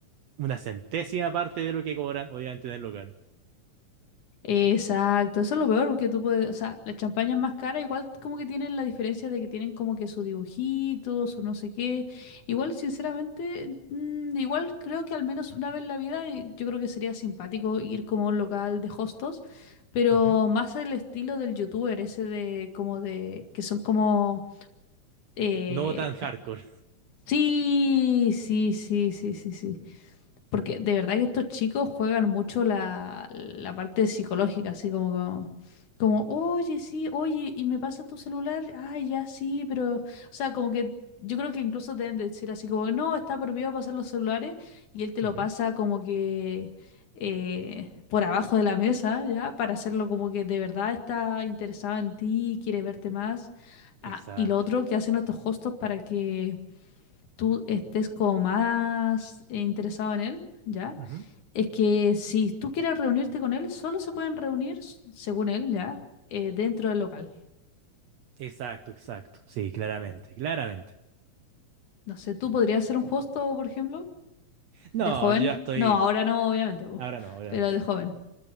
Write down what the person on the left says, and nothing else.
exacto, eso es lo peor porque tú puedes, o sea, las champañas más caras igual como que tienen la diferencia de que tienen como que sus dibujitos, su no sé qué. Igual, sinceramente, mm, igual creo que al menos una vez en la vida eh, yo creo que sería simpático ir como a un local de hostos, pero
más el estilo del youtuber ese de como de que son como eh,
sí, sí, sí, sí, sí, sí. Porque de verdad que estos chicos juegan mucho la, la parte psicológica, así como, como, como, oye, sí, oye, y me pasa tu celular, ay, ya sí, pero, o sea, como que yo creo que incluso deben decir así como, no, está prohibido pasar los celulares, y él te
lo pasa como que eh, por abajo de la mesa, ¿ya? Para hacerlo como que de verdad está interesado en ti, quiere verte más.
Ah, y lo otro que hacen estos hostos para que tú estés como más eh, interesado en él, ¿ya?
Es que si tú quieres reunirte con él, solo se pueden reunir, s- según él, ¿ya? Eh, dentro del local.
No sé, ¿tú podrías ser un hosto, por ejemplo?
¿De joven?
No, ahora no, obviamente, po,
pero de
joven.